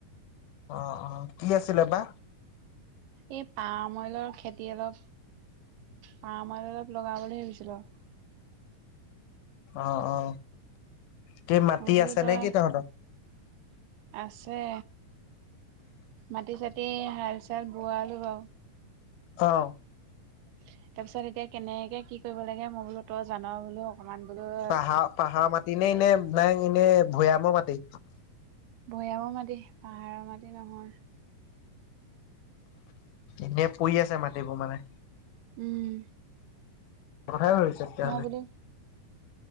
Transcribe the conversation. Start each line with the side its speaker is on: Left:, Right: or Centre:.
Left: অ অ। কি আছিলে বা?
Right: এই পাম অইলৰ খেতি অলপ পাম অইল অলপ লগাও বুলি ভাবিছিলো।
Left: অ অ। কি মাটি
Right: মই বোলো
Left: আছে
Right: তই
Left: নে কি তহঁতৰ?
Right: আছে মাটি-চাতি হাল চাল বোৱালো বাও।
Left: অ।
Right: তাৰ পিছত এতিয়া কেনেকে কি কৰিব লাগে মই বোলো তই জানা বোলো অকমান বোলো
Left: পাহাৰ পাহাৰ মাটি নে ইনে নাই এনে ভৈয়ামৰ মাটি?
Right: ভৈয়ামৰ মাটি পাহাৰৰ মাটি নহয়।
Left: এনেই পৰি আছে মাটিবোৰ মানে।
Right: উম।
Left: কথাই ভাবিছো তেতিয়াহ'লে।
Right: মই বোলো